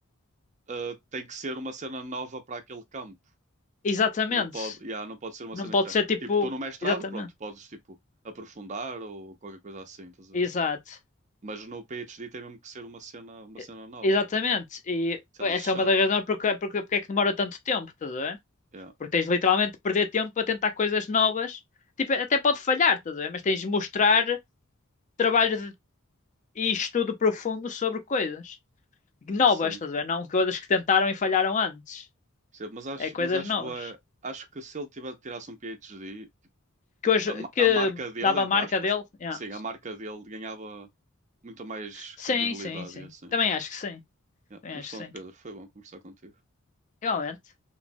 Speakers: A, on the right; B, on the left.
A: eh, tem que ser uma cena nova para aquele campo.
B: Exatamente.
A: Não pode, yeah, não pode ser uma
B: Não
A: cena
B: pode
A: que já.
B: ser tipo.
A: Tipo, tu no mestrado,
B: Exatamente.
A: pronto, podes tipo aprofundar ou qualquer coisa assim, estás a
B: Exato.
A: ver? Mas no PhD tem mesmo que ser uma cena, uma
B: E-
A: cena nova.
B: Exatamente. E
A: Isso é
B: essa
A: lixado.
B: é uma das razões porque, porque, porque é que demora tanto tempo, estás a ver?
A: Yeah,
B: Porque tens literalmente de perder tempo a tentar coisas novas. Tipo, até pode falhar, estás a ver? Mas tens de mostrar trabalho de- e estudo profundo sobre coisas novas,
A: sim.
B: estás a ver? Não coisas que tentaram e falharam antes.
A: Sim, mas acho,
B: É coisas
A: mas acho
B: novas.
A: boa. Acho que se ele tiver, tirasse um PhD,
B: Que hoje
A: a, ma-
B: que
A: a marca dele,
B: dava
A: entre
B: a marca
A: aspas,
B: dele. yeah.
A: sim, a marca dele ganhava muito mais
B: Sim,
A: credibilidade
B: sim, sim.
A: e assim.
B: Também acho que sim.
A: Yeah,
B: Também
A: Mas
B: acho
A: pronto,
B: que sim.
A: Pedro, foi bom conversar contigo.
B: Igualmente.